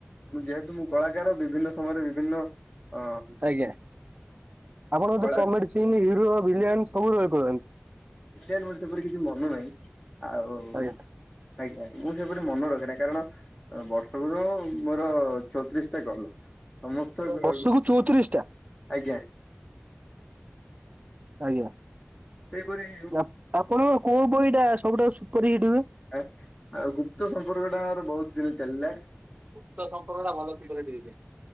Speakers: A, on the left (about 25°); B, on the right (about 35°).
A: ମୁଁ ଯେହେତୁ ମୁଁ କଳାକାର, ବିଭିନ୍ନ ସମୟରେ ବିଭିନ୍ନ ଅ
B: ଆଜ୍ଞା। ଆପଣଙ୍କର
A: କଳା
B: ଯୋଉ comedy scene, hero, villain ସବୁ ରୋଲ୍ କରନ୍ତି।
A: ଭିଲିଆନ୍ ଭଳି ମୋର ସେପରି କିଛି ମନ ନାହିଁ। ଆଉ
B: ଆଜ୍ଞା
A: ଆଜ୍ଞା ଆଜ୍ଞା। ମୁଁ ସେପରି ମନ ରଖେିନା କାରଣ ବର୍ଷ ସବୁର ମୋର ଚଉତିରିଶଟା କଲ୍। ସମସ୍ତେ
B: ବର୍ଷକୁ
A: ଆଜ୍ଞା।
B: ଚଉତିରିଶ ଟା ଆଜ୍ଞା।
A: ସେହିପରି
B: ଆପ-ଆପଣଙ୍କ କୋଉ ବହିଟା ସବୁଠାରୁ ସୁପରହିଟ୍ ହୁଏ?
A: ଆ-ଆଉ ଗୁପ୍ତ ସମ୍ପର୍କଟା ଆମର ବହୁତ ଦିନ ଚାଲିଲା
B: ଗୁପ୍ତ ସମ୍ପର୍କଟା ଭଲ ସୁପରହିଟ୍ ହେଇଯାଏ।